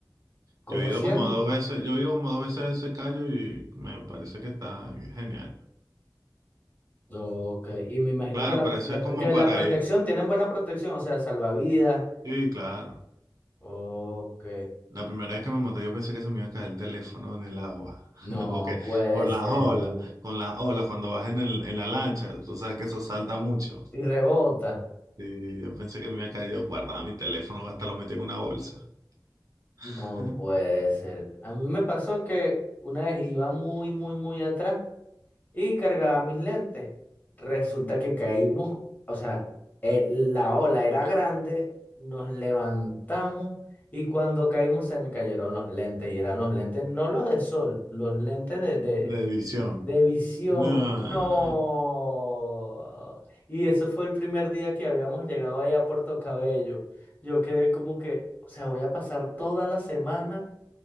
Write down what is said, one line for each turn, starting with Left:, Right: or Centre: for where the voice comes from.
Left: como
Right: Yo he ido
Left: 100.
Right: como dos veces, yo he ido como dos veces a ese callo y me parece que está genial.
Left: Ok, y me imagino
Right: Claro,
Left: que la,
Right: pero eso
Left: la-
Right: es como
Left: que
Right: para
Left: la protección,
Right: ir.
Left: tienen buena protección, o sea, salvavidas.
Right: Sí, claro.
Left: Ok,
Right: La primera vez que me monté, yo pensé que se me iba a caer el teléfono en el agua. <laughs>
Left: no
Right: Porque
Left: puede
Right: con
Left: ser.
Right: las olas, con las olas, cuando vas en el, en la lancha, tú sabes que eso salta mucho.
Left: Y rebota,
Right: Y yo pensé que me iba a caer, yo guardaba mi teléfono, hasta lo metí en una bolsa. <laughs>
Left: no puede ser. A mí me pasó que una vez iba muy, muy, muy atrás y cargaba mis lentes. Resulta que caímos, o sea, el- la ola era grande, nos levantamos y cuando caímos se me cayeron los lentes y eran los lentes, no los de sol, los lentes de de
Right: De visión.
Left: De visión,
Right: No.
Left: no. Y eso fue el primer día que habíamos llegado ahí a Puerto Cabello. Yo quedé como que, o sea, voy a pasar toda la semana